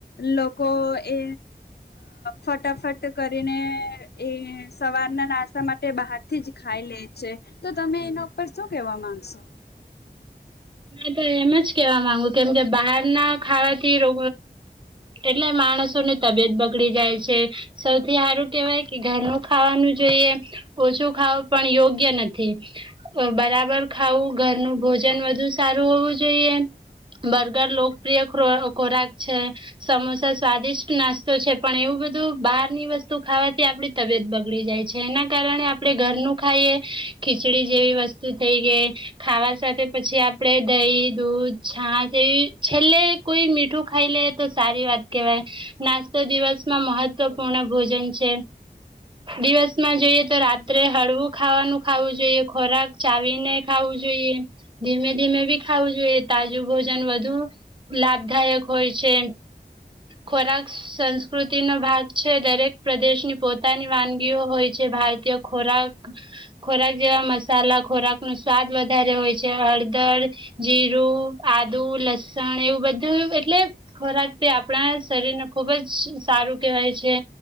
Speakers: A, on the left; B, on the right.
A: લોકો એ ફટાફટ કરીને એ સવારના નાસ્તા માટે બહારથી જ ખાઈ લે છે, તો તમે એના ઉપર શું કેહેવા માંગશો?
B: મે તો એમ જ કેવા માંગુ કેમ કે બહાર ના ખાવાથી રો એટલે માણસો ને તબિયત બગડી જાય છે, સૌથી સારું કેહેવાય કે ઘરનું ખાવાનું જોઈએ ઓછું ખાવું પણ યોગ્ય નથી, બરાબર ખાવું ઘરનું ભોજન વધુ સારું હોવું જોઈએ બર્ગર લોકપ્રિય ખોરાક છે, સમોસા સ્વાદિષ્ટ નાસ્તો છે પણ એવું બધું બહારની વસ્તુ ખાવાથી આપડી તબિયત બગડી જાય છે એના કારણે આપણે ઘરનું ખાઈએ, ખીચડી જેવી વસ્તુ થઈ ગઈ, ખાવા સાથે પછી આપ દહી દૂધ છાાસ એવી છેલ્લે કોઈ મીઠું ખાઈ લે તો સારી વાત કેહેવાય, નાસ્તો દિવસમાં મહત્વપૂર્ણ ભોજન છે, દિવસમાં જોઈએ તો રાત્રે હળવું ખાવાનું ખાવું જોઈએ ખોરાક ચાવીને ખાવું જોઈએ, ધીમે ધીમે બી ખાવું જોઈએ તાજું ભોજન વધુ, લાભદાયક હોય છે. ખોરાક સંસ્કૃતિનો ભાગ છે દરેક પ્રદેશની પોતાની વાનગીઓ હોય છે ભારતીય ખોરાક ખોરાક, જેવા મસાલા ખોરાક નો સ્વાદ વધારે હોય છે હળદર, જીરું, આદુ, લસણ એવું બધું એટલે ખોરાક તે આપ આપણા શરીરને ખુબ જ સારું કહેવાય છે,